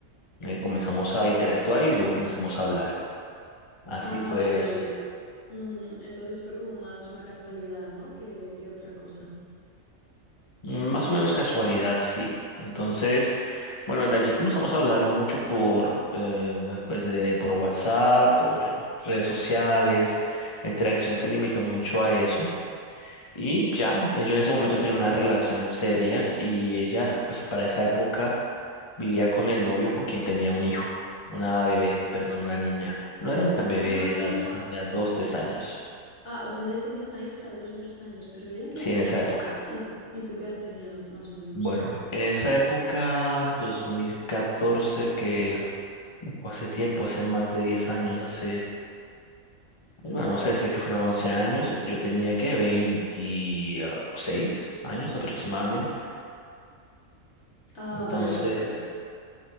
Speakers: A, on the left (about 30°); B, on the left (about 60°).
A: eh, comenzamos a interactuar y luego comenzamos a hablar. Así
B: Ah,
A: fue
B: vale, vale. ujú, Entonces fue como más una casualidad, ¿no? Que, que otra cosa.
A: Mm, Más o menos casualidad, sí. Entonces, bueno, de allí comenzamos a hablar mucho por, eh, pues de- por WhatsApp, por redes sociales. La interacción se limitó mucho a eso. Y ya, eh, yo en ese momento tenía una relación seria y ella, pues para esa época, vivía con el novio con quien tenía un hijo, una bebé, perdón, una niña. No era ni tan bebé,
B: Ah,
A: era, yo tenía dos, tres años.
B: Ah, o sea, ella tenía una hija de dos o tres años, pero ¿ella qué edad
A: Sí, en
B: tenía?
A: esa época.
B: ¿Y, y tú qué edad tenías, más o menos?
A: Bueno, en esa época, 2014 que o hace tiempo, hace más de 10 años, hace, bueno, vamos a decir que fueron 11 años, eh, yo tenía que 26 años aproximadamente,
B: Ah,
A: entonces
B: vale, vale, vale.